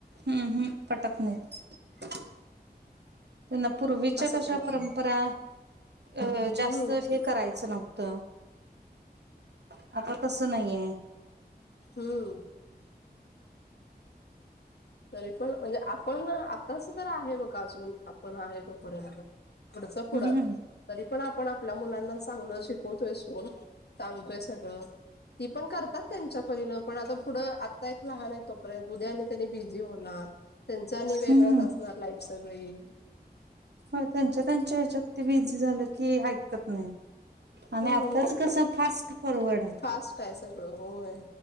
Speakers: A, on the right; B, on the left.
A: हम्म हम्म पटत नाही. त्यांना पूर्वीच्या
B: असं
A: कशा
B: पण होतय
A: परंपरा, अं
B: हम्म
A: जास्त हे करायचं नव्हतं. <inaudible> आता तसं नाहीये.
B: हम्म तरी पण म्हणजे, आपण आताच तर आहे बगा अजून, आपण आहे तोपर्यंत. पुढचं पुढं
A: हम्म
B: तरी पण आपण आपल्या मुलांना चांगलं शिकवतोय, <unintelligible> सांगतोय सगळं. ती पण करतात, त्यांचा परिन. पण आता पुढं, आत्ता एक लहान आहे तोपर्यंत, उद्या आणि त्यांनी बिझी होणार. त्यांच आणि वेगळंच
A: हम्म
B: असणार लाईफस. सगळी
A: होय त्यांच्या त्यांच्या ह्याच्यात ते बिझी झालं की, ऐकत नाही. आणि
B: हम्म
A: आताच कस, फास्ट फॉरवर्ड आहे.
B: फास्ट आहे सगळं होय